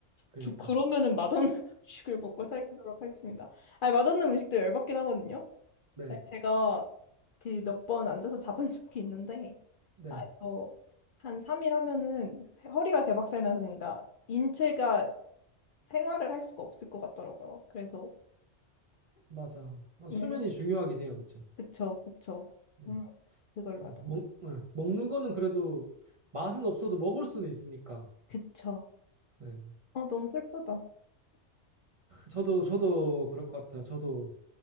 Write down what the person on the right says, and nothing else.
그러니까요.
네,
네,
맞아. 어,
수면이 중요하긴 해요, 그쵸?
음,
음,
먹, 예, 먹는 거는 그래도 맛은 없어도 먹을 수는 있으니까.
네.
저도, 저도 그럴 것 같아요. 저도